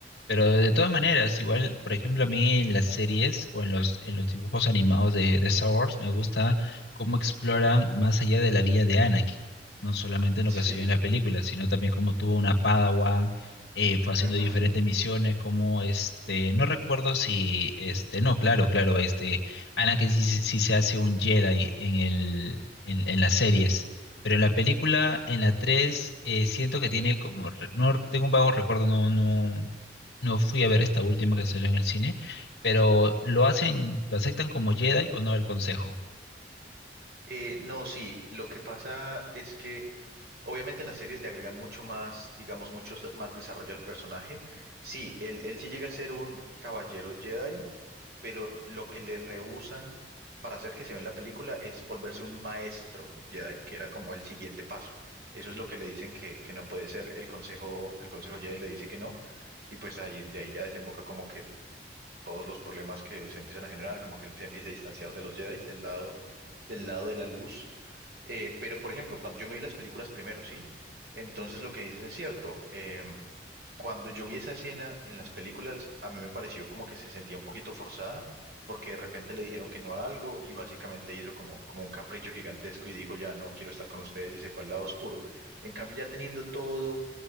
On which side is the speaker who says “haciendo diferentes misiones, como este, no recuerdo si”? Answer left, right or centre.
Left